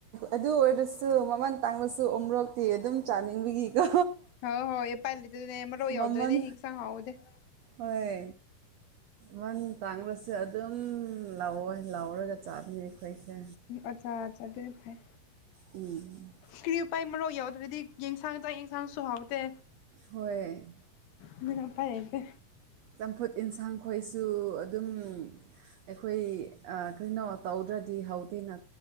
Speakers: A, on the right; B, on the left.
A: ꯑꯗꯨ ꯑꯣꯏꯔꯁꯨ ꯃꯃꯜ ꯇꯥꯡꯂꯁꯨ ꯎꯃꯣꯔꯣꯛꯇꯤ ꯑꯗꯨꯝ ꯆꯥꯅꯤꯡꯕꯒꯤꯀꯣ꯫
B: ꯍꯣꯏ ꯍꯣꯏ ꯎꯄꯥꯏ ꯂꯩꯇꯗꯤ ꯃꯔꯣꯛ ꯌꯥꯎꯗꯗꯤ
A: ꯃꯃꯜ
B: ꯍꯤꯟꯁꯥꯡ ꯍꯥꯎꯇꯦ꯫
A: ꯍꯣꯏ ꯃꯟ ꯇꯥꯡꯈ꯭ꯔꯁꯨ ꯑꯗꯨꯝ ꯂꯧꯋꯦ ꯂꯧꯔꯒ ꯑꯗꯨꯝ ꯆꯥꯕꯅꯤ ꯑꯩꯈꯣꯏꯁꯦ꯫
B: ꯑꯆꯥ ꯑꯆꯥ ꯑꯗꯨꯗꯤ ꯐꯩ꯫
A: ꯎꯝ
B: ꯀꯔꯤ ꯎꯄꯥꯏ ꯃꯣꯔꯣꯛ ꯌꯥꯎꯗ꯭ꯔꯗꯤ ꯌꯦꯟꯁꯥꯡ ꯆꯥꯛ ꯌꯦꯟꯁꯥꯡꯁꯨ ꯍꯥꯎꯇꯦ꯫
A: ꯍꯣꯏ
B: ꯑꯗꯨꯅ ꯎꯄꯥꯏ ꯂꯩꯇꯦ꯫
A: ꯆꯝꯐꯨꯠ ꯏꯟꯁꯥꯡ ꯈꯣꯏꯁꯨ ꯑꯗꯨꯝ ꯑꯩꯈꯣꯏ ꯀꯩꯅꯣ ꯇꯧꯗ꯭ꯔꯗꯤ ꯍꯥꯎꯗꯦꯅ